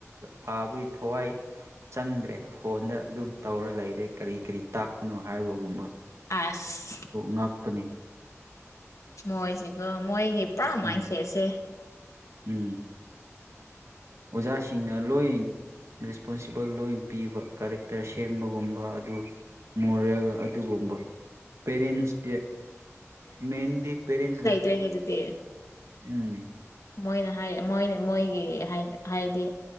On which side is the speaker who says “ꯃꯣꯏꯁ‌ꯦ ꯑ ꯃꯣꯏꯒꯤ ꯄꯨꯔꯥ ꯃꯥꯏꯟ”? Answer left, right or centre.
Left